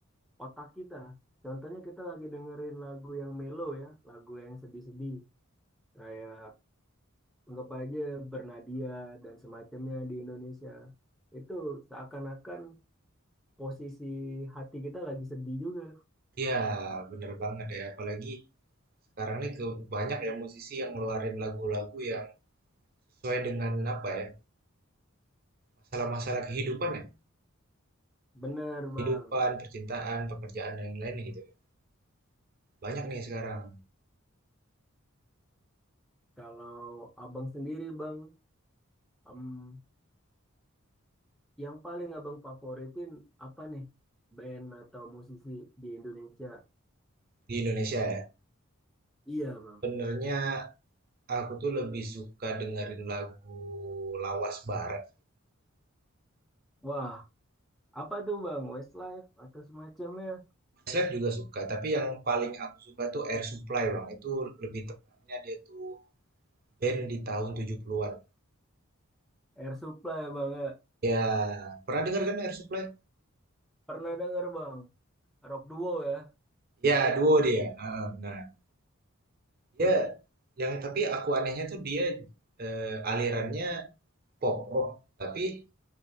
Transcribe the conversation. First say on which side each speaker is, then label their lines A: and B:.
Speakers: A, in the centre; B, on the right (about 45°).
A: otak kita. Contohnya kita lagi dengerin lagu yang mellow ya, lagu yang sedih-sedih. Kayak anggap aja Bernadia dan semacamnya di Indonesia. Itu seakan-akan posisi hati kita lagi sedih juga.
B: Iya, bener banget ya. Apalagi Sekarang ini ke banyak ya musisi yang ngeluarin lagu-lagu yang sesuai dengan apa ya, masalah-masalah kehidupan ya.
A: Benar
B: Kehidupan,
A: bang.
B: percintaan, pekerjaan, dan yang lain gitu. ya. Banyak nih sekarang
A: Kalau abang sendiri bang, em, yang paling abang favoritin apa nih? Band atau musisi di Indonesia?
B: di Indonesia ya.
A: Iya bang.
B: Sebenarnya aku tuh lebih suka dengerin lagu lawas barat.
A: Wah, apa tuh bang? Westlife atau semacamnya?
B: Slap juga suka, tapi yang paling aku suka tuh Air Supply bang. Itu lebih tepatnya dia tuh band di tahun 70-an.
A: Air Supply bang ya.
B: Ya, pernah denger kan Air Supply?
A: Pernah denger bang. Rock duo ya.
B: Ya, duo dia. Ah, benar. Dia yang tapi aku anehnya tuh dia eh, alirannya pop rock tapi